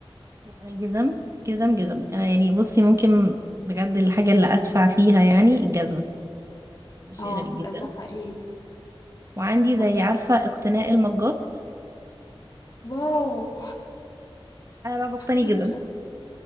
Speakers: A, on the right (about 30°); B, on the left (about 45°).
A: انا الجزم جزم جزم انا يعني بصي ممكن بجد الحاجة اللي ادفع فيها يعني الجزمة ده شيء
B: اه
A: غريب جدا
B: ده ده حقيقي
A: وعندي
B: تصدق
A: زي عارفة اقتناء المجات
B: واو
A: انا بقى بقتني
B: <laughs>
A: جزم